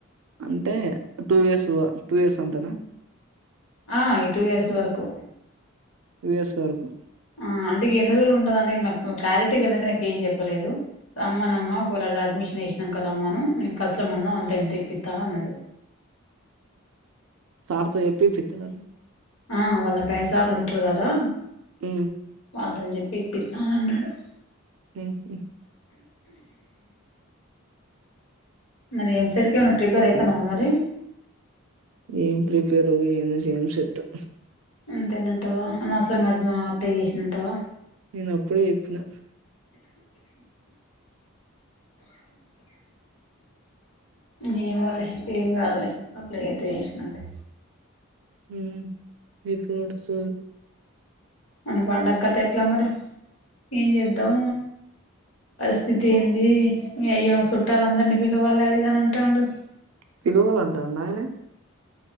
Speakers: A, on the right (about 80°); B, on the left (about 70°).
A: అంటే టూ ఇయర్స్ టూ ఇయర్స్ అంతనా
B: ఆ ఈ టూ ఇయర్స్ వరకు
A: టూ ఇయర్స్ వరకు
B: ఆ అంటకి ఎన్ని రోజులు ఉంటా క్లారిటీ అ నా ఏం చెప్పలేదు అమ్మమ్ అష వేసినాక ర అమ్మను నేను కలిసలమన్నా అంత ఎంత ఇప్పిస్తాను అన్నాడు
A: సార్స ఏప్పపీ ఫిన
B: ఆ వాళ్ళ పదిసార్లు ఉంటారు కదా
A: ఏ
B: పంతని చెప్పి ఇప్పిస్తాను అన్నాడు
A: మ్ హు
B: మరి ఎంచెట్ కి ఎమన్నా ప్రిపేర్ అయితనావా మరి?
A: ఏం ప్రిపేరో ఏమి ఏం సెట్టో?
B: అంతేనంటావ అనవసరంగా అద్మ్ అప్లై చేసినంటావ?
A: నేను అప్పుడికి చెప్నా?
B: ఏ మోలే ఏం కాదులే అప్లై చేత్తే చేసినాలే?
A: ఉమ్ ఈ ఫ్రూట్సు
B: మన పండక్క కథ ఎట్లా మరి ఏం చేద్దాం? పరిస్థితి ఏంది మీ అయ్య చుట్టాల అందరినీ పిలవాలి అది ఇదిని అంటాండు.
A: పిలువాలంటాండ ఆయనే